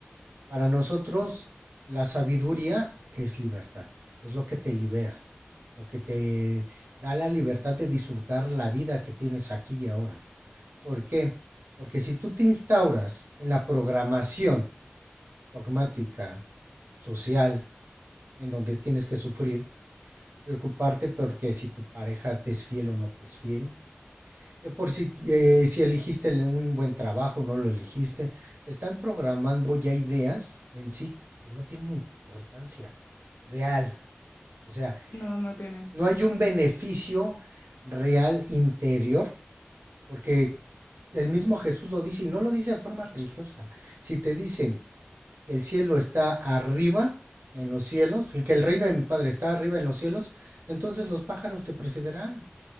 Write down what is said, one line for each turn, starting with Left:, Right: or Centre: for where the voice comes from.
Right: para nosotros la sabiduría es libertad, es lo que te libera, lo que te da la libertad de disfrutar la vida que tienes aquí y ahora. ¿Por qué? Porque si tú te instauras en la programación dogmática, social, en donde tienes que sufrir, preocuparte porque si tu pareja te es fiel o no te es fiel, Que por si, eh, si eligiste un buen trabajo, no lo eligiste, te están programando ya ideas en sí que no tienen importancia real. O sea,
Left: no, no tienen.
Right: no hay un beneficio real interior, porque el mismo Jesús lo dice y no lo dice de forma religiosa. Si te dicen que el cielo está arriba en los cielos y que el reino de mi Padre está arriba en los cielos, entonces los pájaros te precederán.